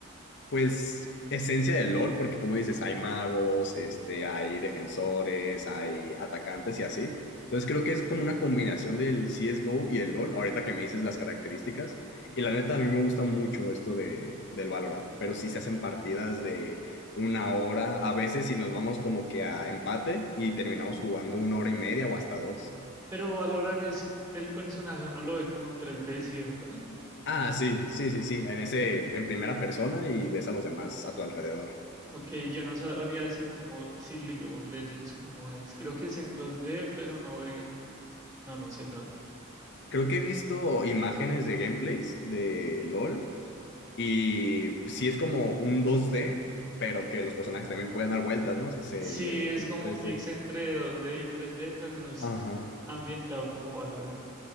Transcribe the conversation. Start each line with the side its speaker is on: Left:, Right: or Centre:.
Left: pues, esencia del LOL, porque como dices, hay magos, este, hay defensores, hay atacantes y así. Entonces creo que es como una combinación del CSGO y el LOL, ahorita que me dices las características. Y la neta, a mí me gusta mucho esto de, del Valorant, pero sí se hacen partidas de una hora, a veces si nos vamos como que a empate y terminamos jugando una hora y media o hasta dos.
Right: Pero Valorant es el personaje, uno lo ve como en 3D, ¿cierto?
Left: Ah, sí, sí, sí, sí, en ese, en primera persona y ves a los demás a tu alrededor.
Right: Ok, yo no sabría decir cómo, si League of Legends cómo es. Creo que es en 2D, pero no ve. No, no sé, la verdad.
Left: Creo que he visto imágenes de gameplays de LOL y sí es como un dos d pero que los personajes también pueden dar vueltas, ¿no? O sea, se
Right: Sí,
Left: le ve
Right: es
Left: como
Right: como
Left: tres
Right: un mix
Left: d
Right: entre 2D y 3D, pero no es
Left: Ajá.
Right: ambientado como Valorant.